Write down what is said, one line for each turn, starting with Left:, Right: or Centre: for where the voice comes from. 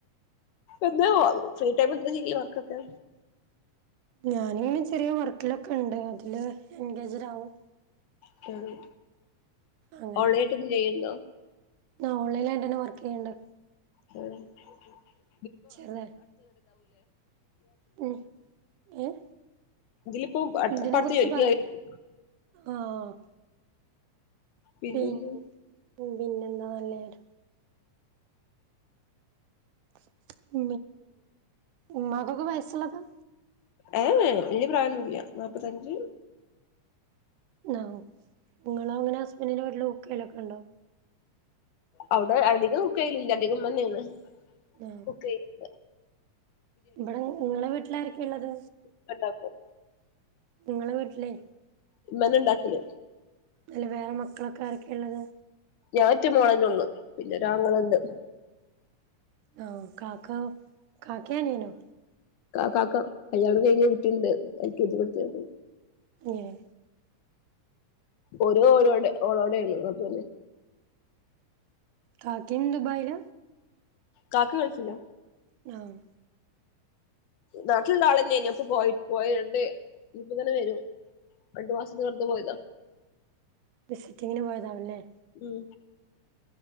Left: എന്താ ഫ്രീടൈം എന്താ ചെയ്യാ വർക്കൊക്കെ
Right: ഞാനിങ്ങനെ ചെറിയ വർക്കിലൊക്കെ ഇണ്ട് അതില് എൻഗേജ്ഡ് ആവും
Left: ട്ടാണ്
Right: അങ്ങനെ
Left: ഓൺലൈൻ ആയിട്ട് ഇരുന്ന് ചെയ്യെണ്ടോ
Right: ആഹ് ഓൺലൈനായിട്ട് തന്നെ വർക്ക് ചെയ്യെണ്ട്
Left: !!!!!!!!!!
Right: ചെറുതായി ഉം ഏഹ്
Left: ഇതിലിപ്പോ പട്
Right: ഇതിനെ
Left: പട്ത്ത്
Right: കുറിച്ച് പറയാ
Left: <unintelligible>
Right: ആഹ് ഓഹ്
Left: പിന്നെന്ന്
Right: പിൻ പിന്നെന്താ <unintelligible> <unintelligible> ഉമ്മാക്കക്ക വയസ്സൊള്ളതാ
Left: ഏഹ് വല്യ പ്രായോന്നില്യ നാപ്പത്തഞ്ച്
Right: ആഹ് ഓക്കേ നിങ്ങള് അങ്ങന ഹസ്ബന്റിന്റെ വീട്ടില് കുക്ക്ചെയ്യലൊക്കെണ്ടോ
Left: അവിടെ അധികം കുക്ക്‌ ചെയ്യലില്ല അധികം ഉമ്മന്നേണ്
Right: ആഹ്
Left: കുക്ക്ചെയ്യല്
Right: ഇവിടെ നിങ്ങളെ വീട്ടില് ആരക്കേ എള്ളത്
Left: മ്മെണ്ടാക്കും
Right: നിങ്ങള വീട്ടിലേ
Left: ഇമ്മന്നെ എണ്ടാക്കല്
Right: അല്ല വേറെ മക്കളൊക്കെ ആരൊക്കെയാ ഇള്ളത്
Left: ഞാൻ ഒറ്റ മോളന്നേ ഉള്ളു പിന്നെ ഒരാങ്ങളെണ്ട്
Right: ആഹ് കാക്ക കാക്കേം അനിയനോ
Left: കാക്ക കല്യാണം കഴിഞ്ഞ ഒര് കുട്ടിയുണ്ട് എൽ കെ ജി പഠിച്ച
Right: ഏഹ്
Left: ഓര് ഓരോടെ ഓളോടെണ് അത്
Right: കാക്കിം ദുബായില
Left: കാക്ക ഗൾഫില
Right: ആഹ്
Left: നാട്ടിലുള്ള ആൾന്നെയ ഇ അപ്പൊ പോയി പോയിട്ടണ്ട് ഇനിപ്പ തന്നെ വരും. രണ്ടു മാസത്തിന് വെറുതെ പോയത
Right: വിസിറ്റിങ്ങിന് പോയതാവുല്ലേ
Left: ഉം